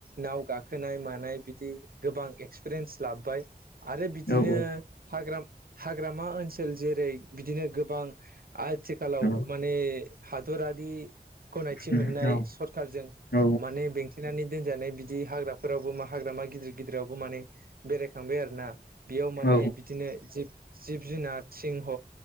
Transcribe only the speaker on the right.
नाव गाखो खोनाय मानाय बिदि गोबां एक्सपिरियेन्स लाबोबाय आरो
बिदिनो हाग्रामा हाग्रामा ओनसोल जेरै बिदिनो गोबां आथिखालाव
माने हादरारि गनायथि
मोननाय
सरखारजों
माने बेंथेनानै दोनजानाय बिदि हाग्राफोरावबो मा हाग्रा मा गिदिर गिदिरावबो माने बेरायखांबाय आरोना बेयाव माने
बिदिनो जिब जिब जुनार सिंह